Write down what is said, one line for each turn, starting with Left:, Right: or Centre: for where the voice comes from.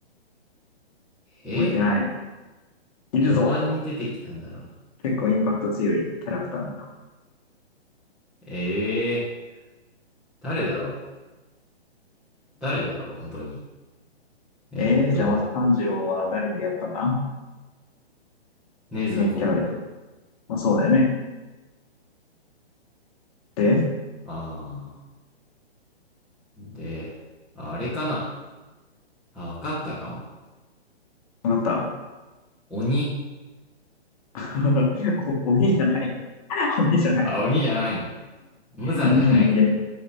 Centre: え
Left: 覚えてない。いるぞ。
Centre: ー序盤に出てきたんだろうな。
Left: 結構インパクト強いキャラクターが。
Centre: ええ誰だろう誰だろう、本当に。えっと、
Left: えー、じゃあまず炭治郎は誰に出会ったんだ
Centre: ねずこ。
Left: メインキャラでまあそうだよね。で、
Centre: ああ。で、ああれかな。あ、わかったかも。
Left: わかった。
Centre: 鬼
Left: <laughs> お、鬼じゃない。<laughs> 鬼じゃない。
Centre: あ、鬼じゃないの。無惨じゃないか。
Left: <laughs> 人間、人間。